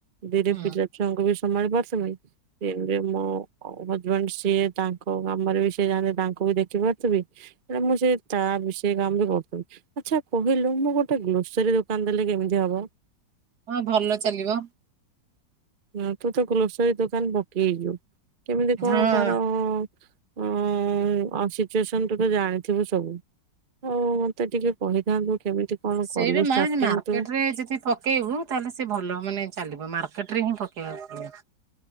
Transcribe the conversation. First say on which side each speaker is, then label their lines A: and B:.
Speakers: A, on the right (about 40°); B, on the right (about 65°).
A: ଦିରେ
B: ହୁଁ
A: ପିଲା ଛୁଆଙ୍କୁ ବି ସମ୍ଭାଳି ପାରୁଥୁମି ସେ ମୋ ହଜବେଣ୍ଡ ସିଏ ତାଙ୍କ କାମରେ ବି ସିଏ ଯାହା ହେନେ ତାଙ୍କୁ ବି ଦେଖିପରୁଥୁବି ଆ ମୁ ଯେ ତା ବି ସେ କାମ ବି କରୁଚୁ। ଆଚ୍ଛା କହିଲୁ ମୁ ଗୋଟେ ଗ୍ରୋସରୀ ଦୋକାନ ଦେଲେ କେମିତି ହବ?
B: ହଁ ଭଲ ଚାଲିବ।
A: ହ ତୁ ତ ଗ୍ରୋସରୀ ଦୋକାନ ପକେଇ ଯୁ କେମିତି କଣ
B: ହଁ।
A: ତାର ଓ ଆଉ ସିଚୁଏସନ ତୁ ତ ଜାଣିଥିବୁ ସବୁ ହଉ ମତେ ଟିକେ କହିଥାନ୍ତୁ କେମିତି କଣ
B: ସେଇ
A: କଲୁ
B: ବି ମା
A: ଷ୍ଟାର୍ଟିଂ
B: ମାର୍କେଟ
A: ତୁ?
B: ରେ ଯଦି କ କେହୁ ତାନେ ସେ ଭଲ ମାନେ ଚାଲିବ ମାର୍କେଟ ହିଁ ପକେଇବା <unintelligible>